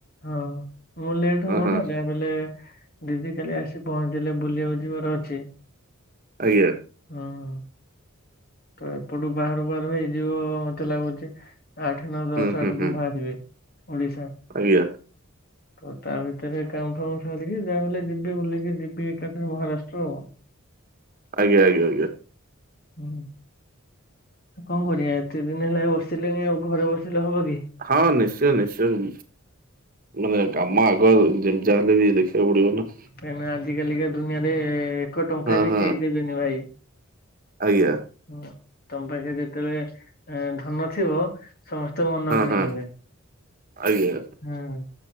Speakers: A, on the left; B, on the right.
A: ହଁ ମୁଁ ଲେଟ
B: ହଁ
A: ହବ
B: ହଁ
A: ନା ଗା ଭ ଲେ ଦିଦି କାଲି ଆସି ପହଞ୍ଚିଲେ ବୁଲିବାକୁ ଯିବାର ଅଛି।
B: ଆଜ୍ଞା
A: ହଁ ତ ଏପଟୁ ବାହାରୁ ବାହାରୁ ହେଇଯିବ ମତେ ଲାଗୁଚି ଆଠ ନ ଦଶ
B: ହୁଁ ହୁଁ
A: ଆଡକୁ
B: ହୁଁ
A: ବାହାରିବେ। ଓଡ଼ିଶା
B: ଆଜ୍ଞା
A: ହ <unintelligible> ତ ତା ଭିତରେ କାମ ଫାମ ସରିକି ଯାହା ବଲେ ଯିବି ବୁଲିକି ଯିବି ଏକାଥରେ ମହାରାଷ୍ଟ୍ର ଆଉ <unintelligible>
B: ଆଜ୍ଞା ଆଜ୍ଞା ଆଜ୍ଞା
A: କଣ କଣ କରିବା ଏତେ ଦିନ ହେଲା ବସିଲେଣି ଆଉ ଘରେ ବସିଲେ ହବ କି?
B: ହଁ ନିଶ୍ଚୟ ନିଶ୍ଚୟ ମାନେ କାମ ଆଗ ଯେମିତି ଯାହାଲେ ବି ଦେଖିବାକୁ ପଡିବ ନା।
A: କାହିଁ ଆଜିିକାଲିକା ଦୁନିଆରେ ଏକ ଟଙ୍କା
B: ହଁ
A: ବି
B: ହଁ
A: କେହି ଦେବେନି ଭାଇ
B: ଆଜ୍ଞା
A: ହୁଁ ତମ ପାଖେ ଯେତେବେଳେ ଧନ ଥିବ ସମସ୍ତେ ମନ
B: ହଁ
A: କିଣି
B: ହଁ
A: ନେବେ
B: ଆଜ୍ଞା
A: ହୁଁ